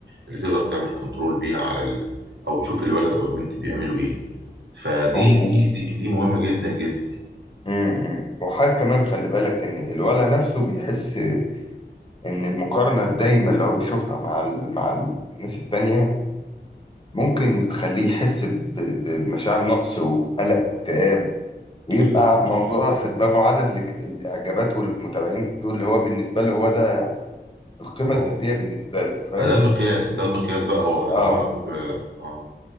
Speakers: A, on the right (about 80°); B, on the left (about 30°).
A: اللي تقدر تعمل كنترول بيها على ال... او تشوف الولد او البنت بيعملوا ايه فدي
B: و-
A: دي
B: و-
A: دي, دي مهمه جدا جدا يعني
B: مم، مم. وحاجة كمان خلي بالك إن الولد نفسه بيحس إن المقارنة الدايمة اللي هو بيشوفها مع ال... مع الناس التانية ممكن بتخليه يحس ب... بمشاعر نقص وقلق واكتئاب ويبقى
A: ايوه
B: موضوع في دماغه عدد الإك- الإعجابات والمتابعين دول اللي هو بالنسبة له هو ده القيمة
A: اه
B: الذاتية بالنسبة له فاهم
A: بقى ده المقياس ده المقياس بقى هو ان
B: اه
A: هو مقبول ولا لا اه